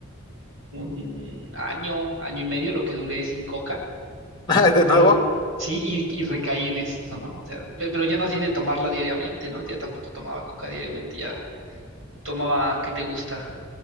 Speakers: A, on the right; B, on the left.
A: un año, año y medio lo que duré sin coca
B: <laughs> De
A: Pero
B: nuevo,
A: sí, y, y recaí en eso, ¿no? O sea, pe- pero ya no así de tomarla diariamente, ¿no? Ya tampoco tomaba coca diariamente, ya tomaba, ¿qué te gusta?